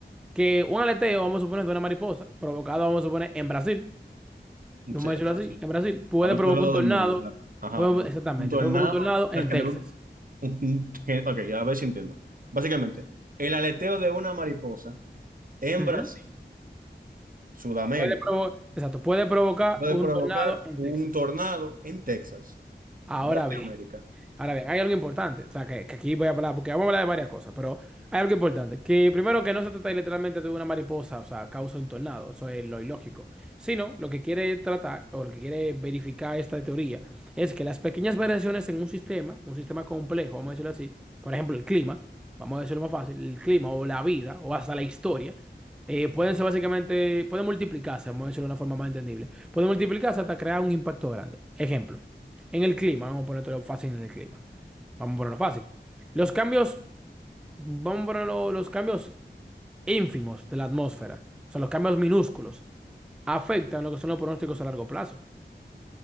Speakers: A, in the centre; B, on the right.
A: que un aleteo, vamos a suponer, de una mariposa, provocado, vamos a suponer, en Brasil, vamos
B: Sí,
A: a decirlo
B: pues
A: así,
B: sí.
A: en Brasil, puede
B: Al otro
A: provocar
B: lado
A: un tornado,
B: del mundo, claro. Ajá.
A: puede- exactamente,
B: Un tornado
A: provoca un tornado
B: o sea,
A: en
B: generó
A: Texas.
B: un, un- un- gen- Ok, ya a ver si entiendo. Básicamente, el aleteo de una mariposa en
A: Ujú.
B: Brasil, Sudamérica,
A: Puede provo- exacto, puede provocar
B: puede
A: un
B: provocar
A: tornado en
B: un
A: Texas.
B: tornado en Texas,
A: Ahora
B: Norteamérica.
A: bien. Ahora bien, hay algo importante, o sea, que, que aquí voy a hablar, porque vamos a hablar de varias cosas, pero hay algo importante, que primero que no se trata literalmente de una mariposa, o sea, causa un tornado, eso es lo ilógico, sino lo que quiere tratar o lo que quiere verificar esta teoría es que las pequeñas variaciones en un sistema, un sistema complejo, vamos a decirlo así, por ejemplo, el clima, vamos a decirlo más fácil, el clima o la vida o hasta la historia, eh, pueden ser básicamente, pueden multiplicarse, vamos a decirlo de una forma más entendible, pueden multiplicarse hasta crear un impacto grande. Ejemplo. En el clima, vamos a ponértelo fácil en el clima. Vamos a ponerlo fácil. Los cambios, vamos a ponerlo, los cambios ínfimos de la atmósfera, o sea, los cambios minúsculos, afectan lo que son los pronósticos a largo plazo.